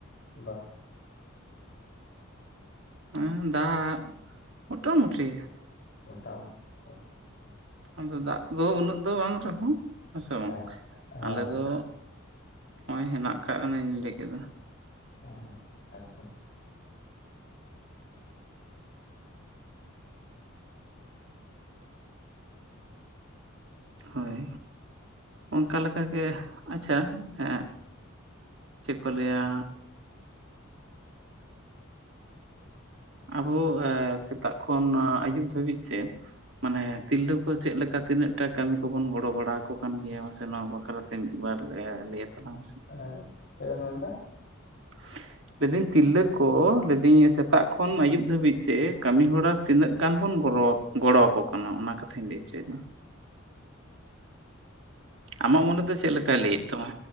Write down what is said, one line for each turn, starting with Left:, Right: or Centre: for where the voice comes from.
Left: ᱵᱟᱝ
Right: ᱦᱮᱸ ᱫᱟᱜ ᱢᱳᱚᱴᱟᱟᱢᱩᱴᱤ
Left: ᱢᱚᱴᱟᱢ ᱟᱪᱪᱷᱟᱷᱟ
Right: ᱟᱫᱚ ᱫᱟᱜ ᱫᱚ ᱩᱱᱟᱹᱜ ᱫᱚ ᱵᱟᱝ ᱨᱮᱦᱚᱸ ᱦᱮᱸᱥᱮ ᱵᱟᱝ
Left: ᱦᱮᱸ ᱦᱮᱸ
Right: ᱟᱞᱮ
Left: ᱦᱮᱸ
Right: ᱫᱚ ᱦᱚᱜᱚᱭ ᱦᱮᱱᱟᱜ ᱠᱟᱜᱼᱟ ᱟᱹᱧ ᱞᱟᱹᱭ ᱠᱮᱫᱚ
Left: ᱦᱚᱸ ᱟᱪᱪᱷᱟ
Right: ᱦᱳᱭ ᱚᱱᱠᱟ ᱞᱮᱠᱟᱟᱜ ᱜᱮ ᱟᱪᱪᱷᱟ ᱮᱸ ᱪᱮᱫ ᱠᱚ ᱞᱟᱹᱭᱟᱹ ᱟᱵᱚ ᱥᱮᱛᱟᱜ ᱠᱷᱚᱱ ᱟᱹᱭᱩᱵ ᱫᱷᱟᱹᱵᱤᱡ ᱛᱮ ᱢᱟᱱᱮ ᱛᱤᱨᱞᱟᱹ ᱠᱚ ᱪᱮᱫ ᱞᱮᱠᱟ ᱛᱤᱱᱟᱹᱜ ᱴᱟ ᱠᱟᱹᱢᱤ ᱠᱚᱵᱚᱱ ᱜᱚᱲᱚ ᱵᱟᱲᱟ ᱟᱠᱚ ᱠᱟᱱ ᱜᱮᱭᱟ ᱢᱟᱥᱮ ᱱᱚᱣᱟ ᱵᱟᱠᱷᱨᱟᱛᱮ ᱢᱤᱫ ᱵᱟᱨ ᱞᱮ ᱞᱟᱹᱭᱟ ᱛᱟᱞᱟᱝ ᱢᱮ ᱥᱮ
Left: ᱦᱮᱸ ᱪᱮᱜ ᱵᱮᱱ ᱢᱮᱱᱫᱟᱹ
Right: <inaudible> <unintelligible> ᱞᱫᱟᱹᱧ ᱛᱤᱨᱞᱟᱹ ᱠᱚ ᱞᱟᱹᱭᱫᱟᱹᱤᱧ ᱥᱮᱛᱟᱜ ᱠᱷᱚᱱ ᱟᱹᱭᱩᱵ ᱫᱷᱟᱹᱵᱤᱡ ᱛᱮ ᱠᱟᱹᱢᱤ ᱦᱚᱨᱟ ᱛᱤᱱᱟᱹᱜ ᱜᱟᱱ ᱵᱚᱱ ᱜᱚᱨᱚᱣᱟ ᱠᱚ ᱜᱚᱲᱚ ᱟᱠᱚ ᱠᱟᱱᱟ ᱚᱱᱟ ᱠᱟᱛᱷᱟᱧ ᱞᱟᱹᱭ ᱚᱪᱚᱭᱮᱫᱟ ᱟᱢᱟᱜ ᱢᱚᱱᱮ ᱫᱚ ᱪᱮᱫ ᱞᱮᱠᱟᱭ ᱞᱟᱹᱭᱮᱫ ᱛᱟᱢᱟ